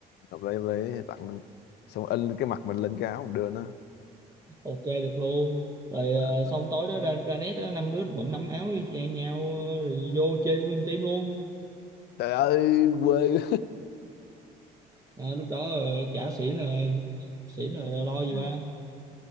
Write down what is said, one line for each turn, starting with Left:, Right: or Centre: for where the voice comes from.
Left: hợp lý hợp lý tặng mình. xong rồi in cái mặt mình lên cái áo mình đưa nó
Right: ok được luôn rồi ờ,
Left: Ờ,
Right: xong tối đó ra ra nét đó, năm đứa bận năm áo y chang nhau ờ, rồi vô chơi nguyên team luôn
Left: trời ơi quê
Right: à, lúc đó ờ, chả xỉn rồi xỉn rồi lo gì
Left: <laughs>
Right: ba